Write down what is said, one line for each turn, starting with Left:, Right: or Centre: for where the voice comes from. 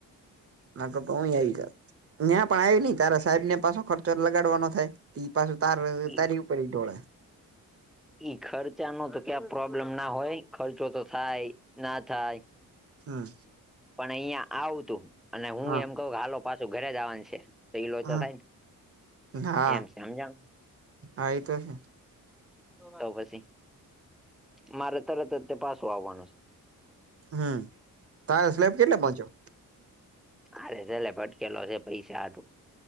Right: હતો તો હું આવી જાત ત્યાં પણ આવી નઈ તારા સાહેબ ને પાછો ખર્ચો લગાડવાનો થાય તી પાછું તાર
Centre: ઈ
Right: તારી ઉપર ધોળે
Centre: ઈ ખર્ચા ન તો ક્યાં પ્રોબ્લેમ ના હોય ખર્ચો તો થાય ના થાય
Right: હમ
Centre: પણ અહિયાં આવુંતું અને હું
Right: હા
Centre: એમ કહું હાલો પાછું ઘરે જવાનું છે તો ઈલો
Right: હમ
Centre: તો થાય ને
Right: હા
Centre: એમ છે સમજાણું
Right: હા એતો છે.
Centre: તો પછી મારે તરત જ તે પાછું આવવાનું છે.
Right: હમ તાર સ્લેબ કેટલે પહોંચ્યો
Centre: અરે છેલે ભટકેલો છે પૈસા હાતું